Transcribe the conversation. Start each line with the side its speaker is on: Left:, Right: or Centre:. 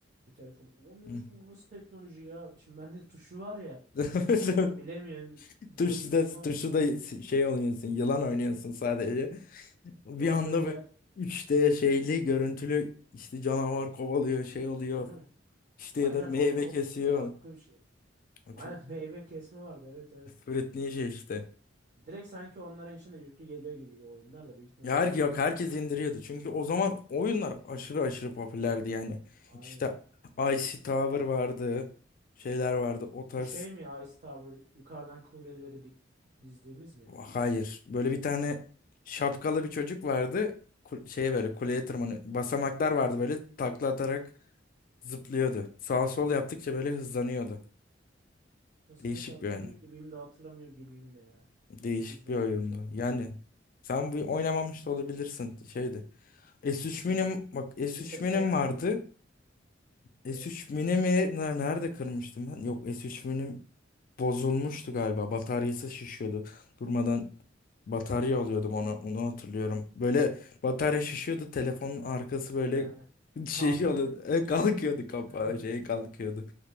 Right: Bir telefon. Onu demiştim
Left: Hı.
Right: bu nasıl teknoloji ya? Şimdi bende tuşu var ya.
Left: <laughs>
Right: O zaman bilemiyorum.
Left: Tuşu
Right: Diyorum
Left: da,
Right: ulan
Left: tuşu da şey oynuyorsun, yılan oynuyorsun sadece. Bir
Right: yok
Left: anda
Right: yok ya.
Left: böyle 3D şeyli görüntülü işte canavar kovalıyor şey oluyor.
Right: <laughs>
Left: İşte
Right: Aynen
Left: ya da meyve
Right: o çok
Left: kesiyor.
Right: farklı bir şey.
Left: O Çok
Right: Aynen <laughs> meyve kesme vardı evet evet.
Left: öğrettiği şey işte.
Right: Direkt sanki onların içinde yüklü geliyor gibiydi oyunlar da büyük ihtimalle
Left: Ya
Right: onlar
Left: her,
Right: indiriyor.
Left: yok herkes indiriyordu. Çünkü o zaman oyunlar aşırı aşırı popülerdi yani.
Right: Aynen.
Left: İşte Icy Tower vardı. Şeyler vardı. O
Right: Bu
Left: tarz.
Right: şey mi Ice Tower yukarıdan kuleleri dik dizdiğimiz mi?
Left: Hayır. Böyle bir tane şapkalı bir çocuk vardı. Kul- Şey böyle kuleye tırmanıyor. Basamaklar vardı böyle takla atarak zıplıyordu. Sağ sol yaptıkça böyle hızlanıyordu.
Right: Ya sanki
Left: Değişik
Right: hatırlıyor
Left: bir oyun.
Right: gibiyim de hatırlamıyor gibiyim de ya.
Left: Değişik
Right: O çok iz bırakmamış
Left: bir oyundu.
Right: demek.
Left: Yani sen bu oynamamış da olabilirsin şeydi. S3
Right: Ya
Left: Mini'm
Right: büyük ihtimal.
Left: bak S3
Right: Biz de
Left: Mini'm
Right: te...
Left: vardı. S3
Right: Evet.
Left: Mini mi ne- nerede kırmıştım ben? Yok S3 Mini'm bozulmuştu galiba. Bataryası şişiyordu. Durmadan batarya alıyordum onu onu hatırlıyorum. Böyle batarya şişiyordu. Telefonun arkası böyle
Right: Ee,
Left: <laughs> şey
Right: kalkıyor
Left: oluyordu.
Right: değil mi?
Left: E, Kalkıyordu kapağı
Right: <laughs>
Left: şey kalkıyordu.